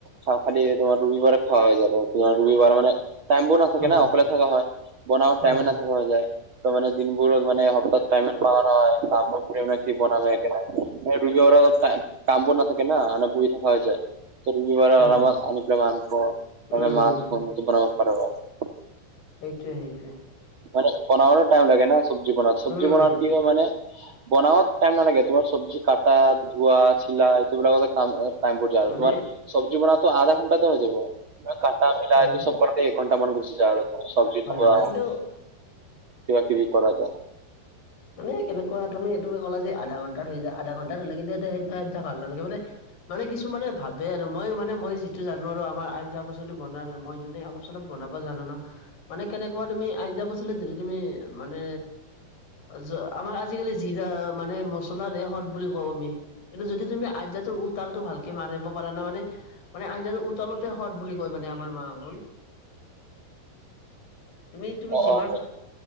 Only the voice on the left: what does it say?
হয়
হয়
হয়
হয়
হয় হয়
উম
উম
সেইটোৱে সেইটোৱে।
উম
মানে
আনা
হয়
হয়
কিন্তু
মানে কেনেকুৱা তুমি এইটো ক'লা যে আধা ঘণ্টাত হৈ যায়, আধা ঘণ্টা ধৰিলে কিন্তু সেইটো আজ্ঞা ভাল নালাগে মানে। মানে কিছুমানে ভাবে আৰু মই মানে মই যিটো জানোঁ নোৱাৰো, আমাৰ আঞ্জা পাচলি বনাৰ মই যোনে অলপ চলপ বনাব জানোঁ ন। মানে কেনেকুৱা তুমি আঞ্জা পাচলিত যিটো তুমি মানে যোৱাৰ, আমাৰ আজিকালি যিটা মানে মছলাৰে সোৱাদ বুলি কওঁ আমি, কিন্তু যদি তুমি আঞ্জাটোৰ উতালতটো ভালকে মাৰিব পাৰা না মানে মানে আঞ্জাটো উতলোৱতে সোৱাদ বুলি কয় মানে আমাৰ মাহত আহুন তুমি তুমি
যিমান